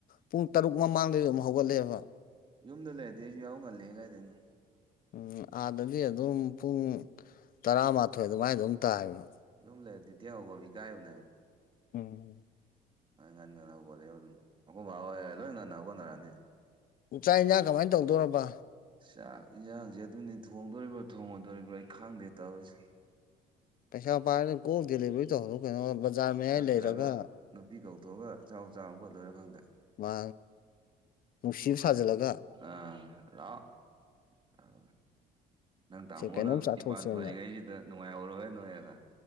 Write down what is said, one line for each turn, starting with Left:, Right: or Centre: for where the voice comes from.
Left: ꯄꯨꯡ ꯇꯔꯨꯛ ꯃꯃꯥꯡꯗꯩꯁꯨ ꯑꯗꯨꯝ ꯍꯧꯒꯠꯂꯛꯑꯦꯕ
Right: ꯌꯨꯝꯗ ꯂꯩꯔꯗꯤ ꯑꯩꯁꯨ ꯌꯥꯎ ꯉꯜꯂꯦ ꯀꯥꯏꯗꯅꯣ
Left: ꯎꯝ ꯑꯥꯗꯗꯤ ꯑꯗꯨꯝ ꯄꯨꯡ ꯇꯔꯥꯃꯥꯊꯣꯏ ꯑꯗꯨꯃꯥꯏ ꯑꯗꯨꯝ ꯇꯥꯏꯌꯦꯕ
Right: ꯌꯨꯝ ꯂꯩꯗꯤ ꯍꯧꯣ ꯏꯀꯥꯏꯌꯅꯦ
Left: ꯎꯝ
Right: ꯑ ꯉꯥꯟ ꯉꯥꯟꯅꯕꯒꯣꯠꯂꯦ ꯑꯗꯨꯝ ꯑꯩꯈꯣꯏ ꯕꯥꯔ ꯂꯣꯏ ꯉꯟꯅꯒꯣꯠꯅꯔꯅꯤ
Left: ꯆꯥꯥꯛ ꯏꯟꯁꯥꯡ ꯀꯃꯥꯏꯅ ꯇꯧꯗꯣꯔꯕ
Right: ꯆꯥꯛ ꯌꯦꯟꯁꯥꯡꯁꯦ ꯑꯗꯨꯅꯤ ꯊꯣꯡꯗꯣꯔꯤꯕ꯭ꯔꯥ ꯊꯣꯡꯉꯗꯣꯔꯤꯕ꯭ꯔꯣ ꯑꯩ ꯈꯪꯗꯦ ꯇꯧꯔꯤꯁꯦ
Left: ꯇ ꯄꯥ ꯀꯣꯏ ꯗꯗꯤꯂꯕꯨꯔꯤ ꯇꯔꯛ ꯀꯩꯅꯣ ꯕꯖꯥꯔ ꯃꯌꯥꯏ
Right: ꯅꯠꯇ꯭ꯔꯒ
Left: ꯂꯩꯔꯒ
Right: ꯅꯨꯄꯤ ꯀꯧꯊꯣꯛꯑꯒ ꯆꯥꯛ ꯆꯥ ꯐꯗꯣꯏꯔꯥ ꯈꯪꯗꯦ
Left: ꯃꯥ ꯅꯨꯡꯁꯤꯕ ꯁꯥꯖꯤꯜꯂꯒ
Right: ꯑꯥꯎ ꯅꯪ ꯇꯥꯃꯣꯅ
Left: ꯁꯦ ꯀꯩꯅꯣꯝ ꯆꯥꯊꯣꯛꯁꯦꯅ
Right: ꯏꯄꯥꯟ ꯐꯔꯤꯉꯩꯁꯤꯗ ꯅꯨꯡꯉꯥꯏꯍꯧꯔꯣ ꯍꯦ ꯅꯣꯏ ꯍꯦꯅ